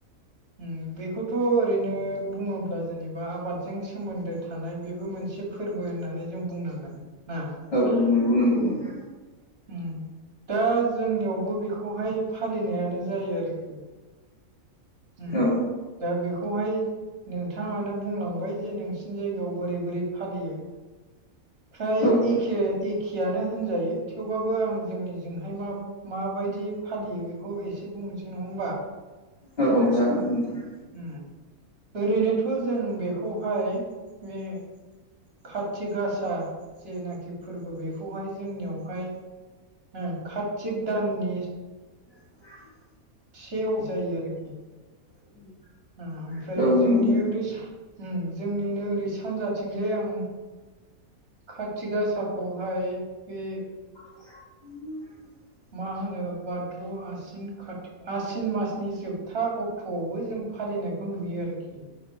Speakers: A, on the right (about 40°); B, on the left (about 40°).
A: उम बेखौथ' ओरैनो बुङोब्ला जेनेबा आबादजों सोमोन्दो थानाय बेबो मोनसे फोरबो होननानै जों बुंनांगोन ना।
B: औ औ नोंगौ नोंगौ नोंगौ।
A: उम दा जोंनियावबो बेखौहाय फालिनायानो जायो आरोखि। उम
B: औ
A: दा बेखौहाय नोंथाङानो बुंलांबाय जे नोंसिनि जायगायाव बोरै बोरै फालियो। फ्राय
B: औ
A: इखे इख खेयानो होनजायो थेवबाबो आं जोंनिजोंहाय मा माबायदि फालियो बिखौ एसे बुंसै नङा होमबा?
B: औ औ जागोन नोंथां
A: उम ओरैनोथ' जों बेखौहाय मे कथिग गासा जेनाखि फोरबो बेखौहाय जोंनियावहाय हो कार्तिक दाननि
B: <inaudible>
A: से अक जायो आरोखि
B: <inaudible>
A: आ ओमफ्राय
B: औ
A: जोंनि
B: नंगौ
A: ओरै सा उम जोंनिनो रै सानजाथिंजाय आं काथिग गासाखौहाय बे
B: <inaudible>
A: मा होनो भाद्र' आसिन कातिक आसिन मासनि जोबथा अक थौआवबो जों फालिनायखौ नुयो आरोखि।